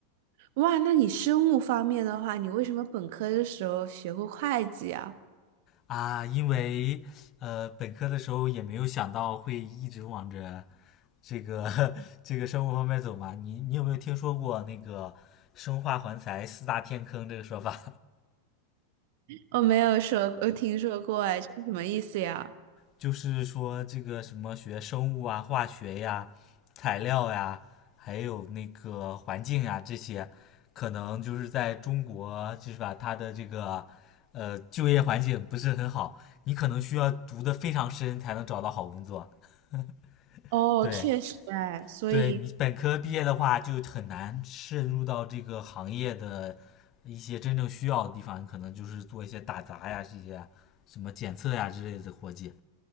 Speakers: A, on the right; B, on the left.
A: 哇，那你生物方面的话，你为什么本科的时候学过会计啊？
B: 啊，因为呃本科的时候也没有想到会一直往着这个 <laughs> 这个生物方面走嘛。你你有没有听说过那个生化环材四大天坑这个说法？
A: 我没有说，我听说过，哎，这是什么意思呀？
B: 就是说这个什么学生物啊、化学呀、材料呀，还有那个环境呀这些，可能就是在中国就是把它的这个呃就业环境不是很好，你可能需要读的非常深才能找到好工作。<laughs>
A: 哦，
B: 对，
A: 确实哎，所以
B: 对你本科毕业的话，就很难渗入到这个行业的一些真正需要的地方，你可能就是做一些打杂呀、这些什么检测呀之类的活计。